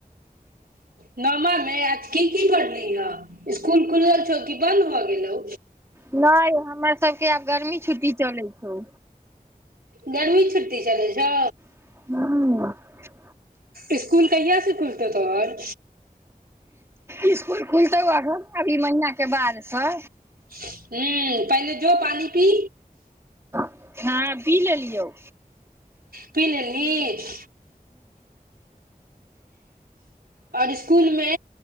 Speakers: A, on the right; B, on the right.
A: नौमा मे आज की की पढ़ली ह इसकुल खुजल छौ की बन्द भ गेलौ
B: नहि हमर सबके आब गर्मी छुट्टी चलै छौ
A: गर्मी छुट्टी छलै छौ
B: ह
A: इसकुल कहियास से खुलतौ तोहर
B: इसकुल खुलतौ आ घन अभी महीनाके बादसँ
A: हू पहिने जो पानि पी
B: हँ पी लेलियौ
A: पी लेलहीं आओर इसकुलमे